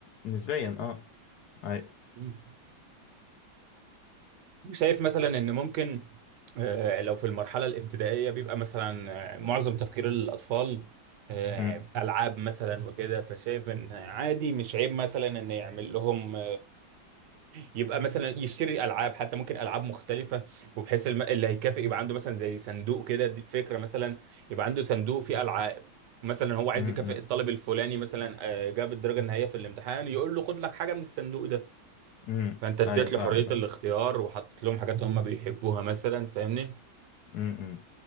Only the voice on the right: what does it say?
مم. شايف مثلا ان ممكن آه، لو في المرحله الابتدائيه بيبقى مثلا آه، معظم تفكير الاطفال آه،
العاب مثلا وكده فشايف ان عادي مش عيب مثلا ان يعمل لهم يبقى مثلا يشتري العاب حتى ممكن العاب مختلفه وبحيث الم... اللي هيكافئ يبقى عنده مثلا زي صندوق كده دي فكره مثلا يبقى عنده صندوق فيه العاب مثلا هو عايز
يكافئ
الطالب الفلاني مثلا آه، جاب الدرجه النهائيه في الامتحان يقول له خد لك حاجه من الصندوق ده
فانت اديت
له حريه الاختيار وحطيت لهم حاجات هم بيحبوها مثلا فاهمني